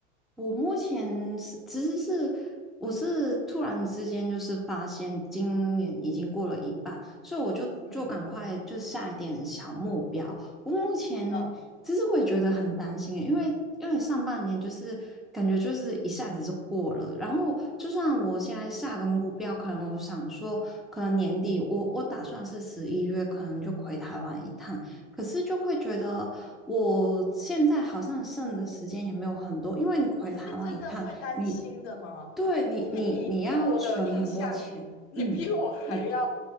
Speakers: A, in the centre; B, on the left.
A: 我目前是其实是我是突然之间就是发现今年已经过了一半，所以我就就赶快就下一点小目标。
B: 嗯
A: 我目前其实我也觉得很担心耶因为因为上半年就是感觉就是一下子就过了，
B: 嗯
A: 然后就算我现在下个目标，
B: 嗯，你
A: 可能我想说可能年底我我打算是十一月可能就回台湾一趟，可是就会觉得我现在好像剩的时间也没有很多，因为你回台湾一趟，
B: 你是真的会担心的吗？
A: 你对你你你要存很多钱，
B: 因为你给我的印象，你比我还要，
A: 嗯，你